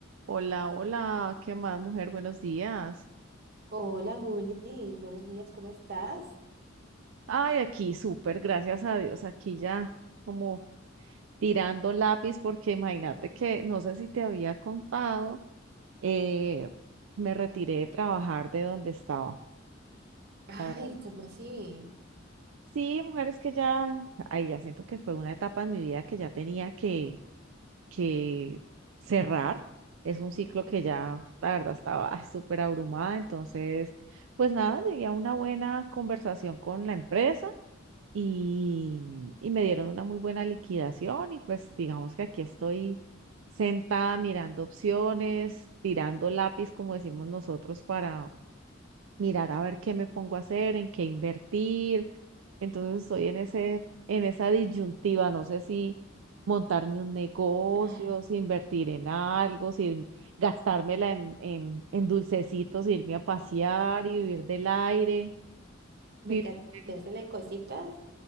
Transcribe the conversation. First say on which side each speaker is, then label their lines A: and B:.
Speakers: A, on the right; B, on the right.
A: Hola, hola, ¿qué más, mujer? Buenos días.
B: Hola Juli, buenos días, ¿cómo estás?
A: Ay, aquí súper, gracias a Dios, aquí ya como tirando lápiz, porque imagínate que, no sé si te había contado, eh, me retiré de trabajar de donde estaba,
B: Ay,
A: la verdad.
B: ¿cómo así?
A: Sí, mujeres que ya, ay, ya siento que fue una etapa en mi vida que ya tenía que, que cerrar. Es un ciclo que ya, la verdad, estaba ay, súper abrumada, entonces, pues nada, llegué a una buena conversación con la empresa y, y me dieron una muy buena liquidación y pues digamos que aquí estoy sentada mirando opciones, tirando lápiz, como decimos nosotros, para mirar a ver qué me pongo a hacer, en qué invertir. Entonces estoy en ese, en esa disyuntiva, no sé si montarme un negocio,
B: Ay.
A: si invertir en algo, si gastármela en, en, en dulcecitos, irme a pasear y vivir del aire,
B: ¿Me
A: vivir
B: cateársela
A: del,
B: en cositas?